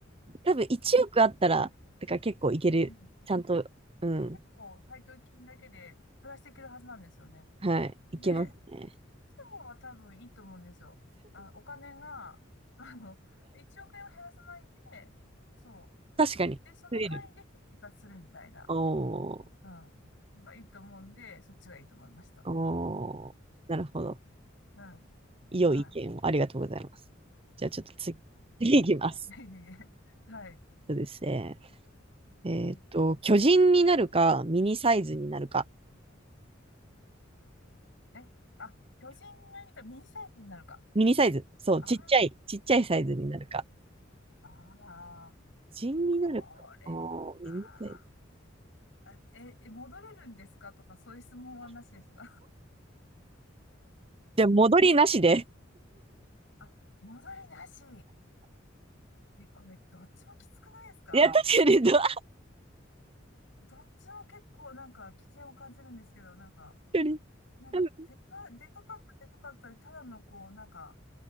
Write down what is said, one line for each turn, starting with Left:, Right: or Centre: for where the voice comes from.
Right: 多分1億あったら、てか結構いける。
Left: うん
Right: ちゃんと、うん。
Left: 結構配当金だけで暮らしていけるはずなんですよね。
Right: はい。いけますね。
Left: で、その方は多分いいと思うんですよ。あ、お金が、<laughs> あの、1億円を減らさないで、そう。
Right: 確かに。
Left: で、その範囲で生活するみたいな、
Right: 増える。おー、
Left: うん、のがいいと思うんで、そっちがいいと思いました。
Right: おー、なるほど。
Left: うん。
Right: 良い意見をありがとうございます。
Left: は
Right: じゃあちょっと次、次いきます。
Left: い。<laughs> いえいえ。はい。
Right: そうですね。えーっと、
Left: うん
Right: 巨人になるか、ミニサイズになるか。
Left: え、あ、巨人になりか、ミニサイズになるか。
Right: ミニサイズ。そう、
Left: ああ、
Right: ちっちゃい、ちっちゃいサイズになるか。
Left: ああ。
Right: 巨人になるか。
Left: これは、
Right: おー、ミニサイズ。
Left: あ、え、え戻れるんですかとか、そういう質問はなしですか
Right: じゃあ戻りなしで。
Left: <laughs> あ、戻りなし。え、これ、どっちもきつくないですか
Right: いや、確かに、ど、<laughs>
Left: どっちも結構なんか危険を感じるんですけど、なんか、
Right: 確
Left: なんか、
Right: か
Left: でか、でかかった、でかかったで、ただのこう、なんか、